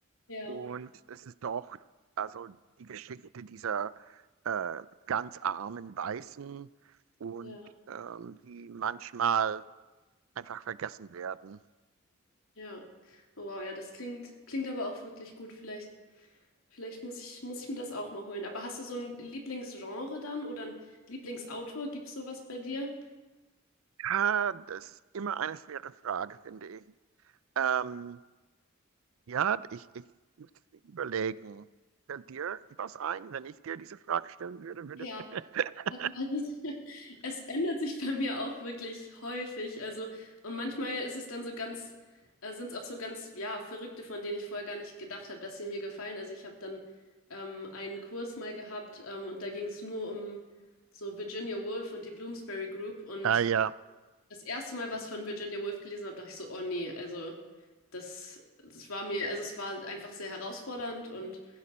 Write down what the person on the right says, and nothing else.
und es ist doch, also die Geschichte dieser äh, ganz armen Weißen und
ähm, die manchmal einfach vergessen werden.
Ja, das ist immer eine schwere Frage, finde ich. Ähm, ja, ich, ich muss überlegen. Fällt dir was ein, wenn ich dir diese Frage stellen würde? würde...
<laughs>
Ah, ja.